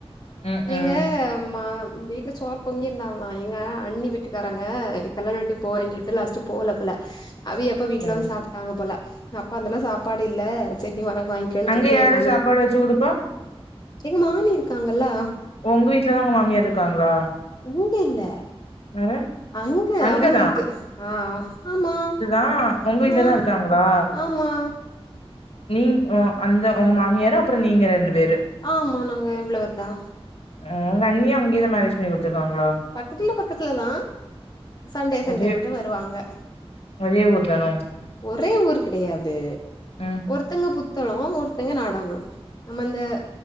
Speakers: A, on the left; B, on the left.
A: ம்ஹும்
B: எங்க மா வீட்ல சோறு பொங்கிருந்தாங்கலா எங்க அண்ணி வீட்டுக்காரங்க கல்யாண வீட்டுக்கு போறேன்னு சொல்லிட்டு லாஸ்ட்டு போல போல அவே எப்ப
A: ஓகே
B: வீட்ல வந்து சாப்ட்டாங்க போல அப்ப அந்தெல்லா சாப் பாடு இல்ல செரி உனக்கு வாங்கிக்கனு
A: அங்க
B: சொல்லிட்டு
A: யாரு
B: எ மாமி
A: சாப்பாடு வச்சு குடுப்பா
B: எங்க மாமி இருக்காங்கல்லா
A: உங்க வீட்லதா உங்க மாமியார் இருக்காங்களா
B: இங்க இல்ல
A: வேற
B: அங்க
A: அங்கதா
B: அவங்களுக்கு ஆ ஆமா
A: ஆ உங்க வீட்லதா
B: ஆ
A: இருக்காங்களா
B: ஆமா
A: நீ அ அந்த உங்க மாமியார் அப்பற நீங்க ரெண்டு பேரு
B: ஆமா நாங்க இவ்ள வேற்தா
A: ம் உங்க அண்ணியு அங்க இக்கத மேரேஜ் பண்ணி குடுத்துருக்காங்களா
B: பக்கத்துல பக்கத்துல தா சண்டே
A: ஒரே
B: சண்டே மட்டு வருவாங்க
A: ஒரே ஊர் தானோ
B: ஒரே ஊர் கெடையாது
A: ம்
B: ஒருத் த்தவங்க புத்தளோ ஒருத்தவங்க நாடாங்குளம் நம்ம இந்த